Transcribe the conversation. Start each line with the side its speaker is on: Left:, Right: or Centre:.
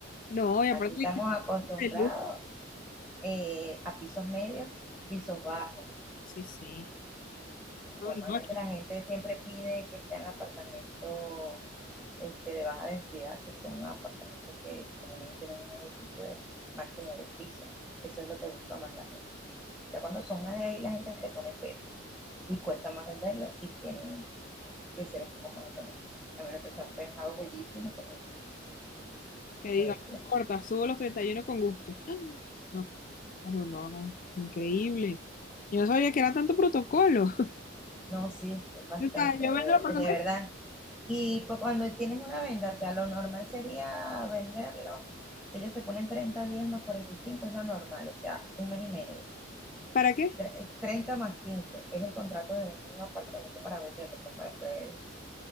Left: No, y aparte
Centre: Aquí estamos
Left: dice,
Centre: acostumbrados
Left: de luz.
Centre: eh, a pisos medios, pisos bajos
Left: Sí, sí. No,
Centre: Normalmente
Left: no,
Centre: la gente siempre pide que sean apartamentos este, de baja densidad, que son apartamentos que por lo menos tienen un edificio de máximo de piso. Eso es lo que busca más la gente. Ya cuando son más de ahí, la gente le pone pesos y cuesta más venderlos y tienen que ser un poco más económicos. A menos que sean pescados bellísimos que
Left: Que diga,
Centre: lo decías.
Left: no importa, subo los 31 con gusto. ¡Ah! No, pero no, increíble. Yo no sabía que era tanto protocolo. <laughs>
Centre: No, sí, es bastante,
Left: O sea, yo vendo el apartamento,
Centre: de, de verdad. Y pues cuando tienes una venta, o sea, lo normal sería venderlo. Ellos te ponen 30 días más 45, es lo normal, o sea, un mes y medio.
Left: ¿para qué?
Centre: Tre- 30 más 15 es el contrato de un apartamento para venderlo, o sea, para hacer